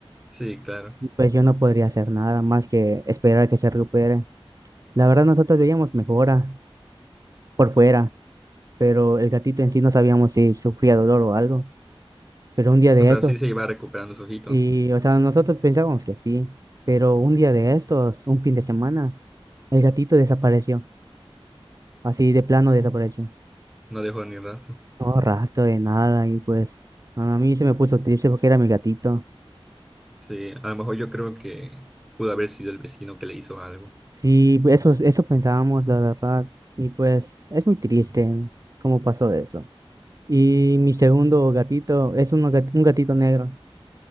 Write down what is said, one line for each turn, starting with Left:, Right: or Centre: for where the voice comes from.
Centre: sí, claro.
Right: Y, Pues yo no podría hacer nada más que esperar a que se recupere. La verdad, nosotros veíamos mejora por fuera pero el gatito en sí no sabíamos si sufría dolor o algo. Pero un día de
Centre: O sea,
Right: esos,
Centre: sí se iba recuperando su ojito.
Right: sí, o sea, nosotros pensábamos que sí, pero un día de estos, un fin de semana, el gatito desapareció, así de plano desapareció.
Centre: No dejó ni rastro.
Right: No rastro de nada y pues a mí se me puso triste porque era mi gatito.
Centre: Sí, a lo mejor yo creo que pudo haber sido el vecino que le hizo algo.
Right: Sí, pues, eso, eso pensábamos, la verdad, y pues es muy triste cómo pasó eso. Y mi segundo gatito es uno gat- un gatito negro.